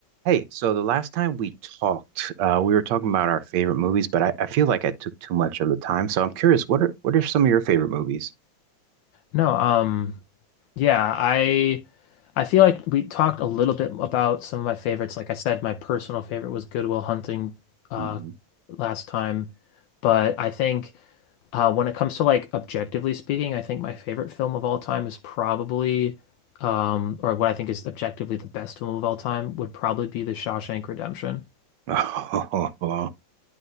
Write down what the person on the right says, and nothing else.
Hey, so the last time we talked, uh, we were talking about our favorite movies, but I, I feel like I took too much of the time. So I'm curious, what are what are some of your favorite movies?
hmm
<laughs>